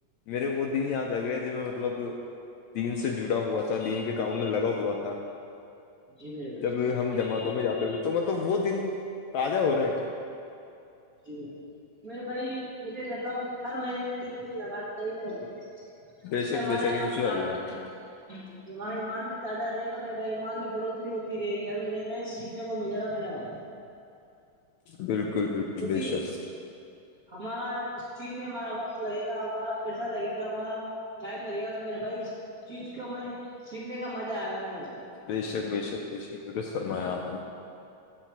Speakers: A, on the left (about 80°); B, on the right (about 70°).
A: میرے ب دن یاد ہے گے جی میں مطلب دین سے جڑا ہوا تھا دین کے کام میں لگا ہوا تھا
B: جی بھییرو بھائی
A: جب ہم جماعتوں میں جاتے ہو تو مطلب وہ دن تازہ ہو رہے ہیں
B: جی میرے بھائی مجھے بتا ہوں ہر مہینے میں تین دن لگانا چاہیے میرے بھائی
A: بے
B: اس سے
A: شک
B: ہمارا
A: بے شک
B: ایمان
A: انشاء
B: تاگ
A: اللہ
B: ہمارا ایمان بھی تازہ رہےا میرے بھائی ایمان میں بڑھوتری ہوتی رہے گی ہمیں نئے نئے سیکھنے کو ملے گا میرا بھائی
A: بالکل بالکل
B: کیونکہ
A: ب شک
B: ہمارا اس چیز میں ہمارا وقت لگے گا ہمارا پیسہ لگے گا ہمارا ٹائم لگے گا تو میرے بھائی اس چیز کو میں سیکھنے کا مزہ آئے گا میرا بھائی
A: بے شک بے شک بے شک درست فرمایا آپ نے